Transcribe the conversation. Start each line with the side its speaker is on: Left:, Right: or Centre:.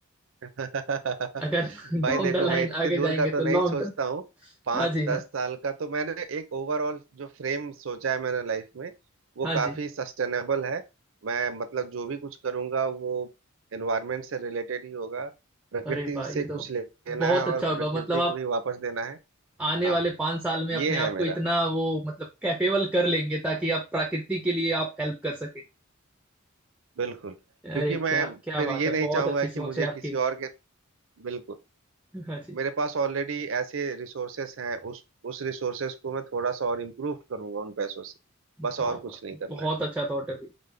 Right: <laughs>
Centre: अगर <laughs>
Right: भाई
Centre: डाउन
Right: देखो
Centre: द लाइन
Right: मैं इतने
Centre: आगे
Right: दूर
Centre: जाएंगे
Right: का तो
Centre: तो
Right: नहीं
Centre: लॉन्ग
Right: सोचता
Centre: टर्म
Right: हूँ पाँच
Centre: हाँ जी हाँ
Right: दस साल का तो मैंने एक ओवरऑल जो फ्रेम सोचा है मैंने लाइफ में वो
Centre: हाँ
Right: काफी
Centre: जी
Right: सस्टेनेबल है मैं मतलब जो भी कुछ करूंगा वो एनवायरमेंट से रिलेटेड ही होगा प्रकृति
Centre: अरे वाह
Right: से
Centre: ये
Right: कुछ
Centre: तो
Right: लेना
Centre: बहुत
Right: है
Centre: अच्छा
Right: और
Centre: होगा
Right: प्रकृति
Centre: मतलब आप
Right: को ही वापस देना है
Centre: आने
Right: हाँ
Centre: वाले पांच साल में अपने
Right: ये
Centre: आप
Right: है मेरा
Centre: को इतना वो मतलब कैपेबल कर लेंगे ताकि आप प्रकृति के लिए आप हेल्प कर सके
Right: बिल्कुल
Centre: अरे
Right: क्योंकि मैं
Centre: क्या क्या
Right: फिर
Centre: बात
Right: ये
Centre: है
Right: नहीं
Centre: बहुत
Right: चाहूंगा
Centre: अच्छी
Right: कि
Centre: सोच
Right: मुझे
Centre: है आपकी
Right: किसी और के बिल्कुल
Centre: हाँ जी
Right: मेरे पास ऑलरेडी ऐसे रिसोर्सेस हैं उस उस रिसोर्सेस को मैं थोड़ा सा और इम्प्रूव करूंगा उन पैसों से बस
Centre: वाह
Right: और
Centre: वाह
Right: कुछ नहीं करना
Centre: बहुत
Right: है
Centre: अच्छा थॉट है भैया